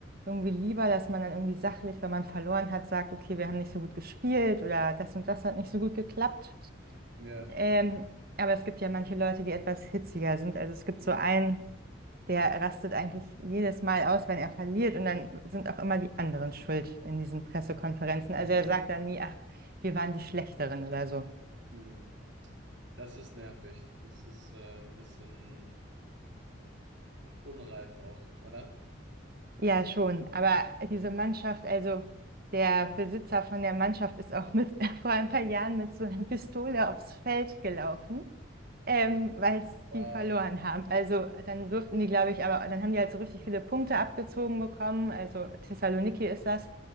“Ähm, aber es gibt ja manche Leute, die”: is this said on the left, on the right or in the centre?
Right